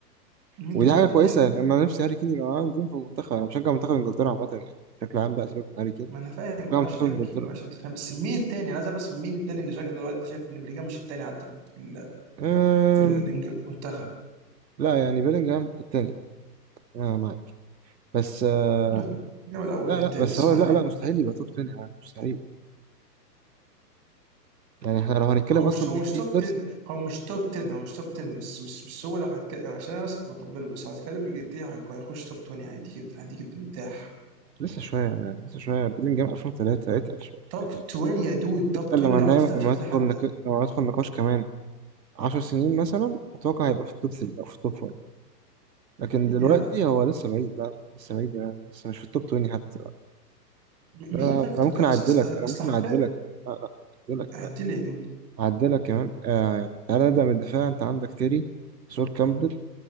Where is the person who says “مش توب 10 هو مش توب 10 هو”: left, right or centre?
Right